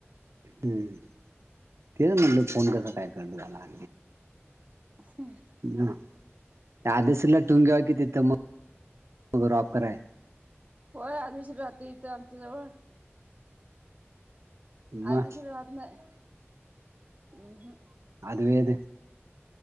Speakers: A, on the right; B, on the right.
A: हम्म तेच म्हटलं फोन कसा काय कट झाला.
B: हम्म.
A: ह आधिच ठेवून घ्यावा कि तिथं मग ऑफर हाय.
B: होय आधीच राहते इथं आमच्या जवळ.
A: मग
B: आदेश राहत नाही ऊहु.
A: अद्वैत